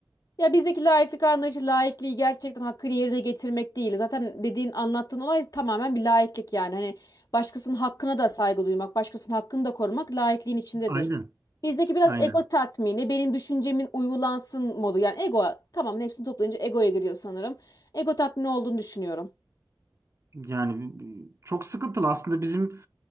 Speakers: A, on the left; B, on the right.
A: Ya bizdeki laiklik anlayışı laikliği gerçekten hakkını yerine getirmek değil. Zaten dediğin anlattığın olay tamamen bir laiklik yani. Hani başkasının hakkına da saygı duymak, başkasının hakkını da korumak laikliğin içindedir.
B: Aynen.
A: Bizdeki biraz
B: Aynen.
A: ego tatmini, benim düşüncemin uygulansın modu. Yani ego tamamen hepsini toplayınca egoya giriyor sanırım. Ego tatmini olduğunu düşünüyorum.
B: Yani çok sıkıntılı aslında bizim